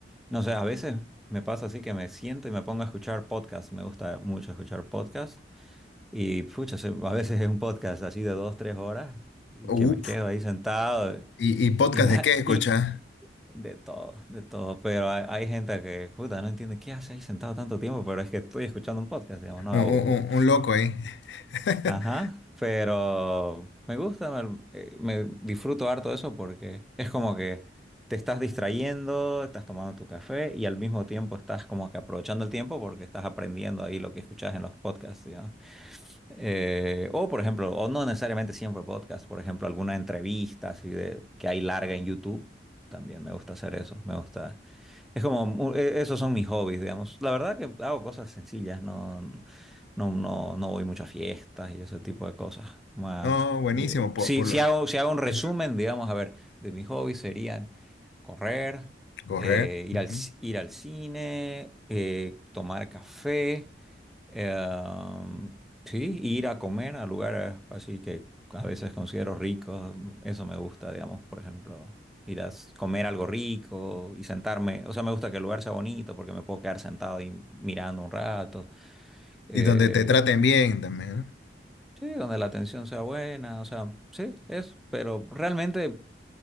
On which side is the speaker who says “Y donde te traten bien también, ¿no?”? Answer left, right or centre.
Left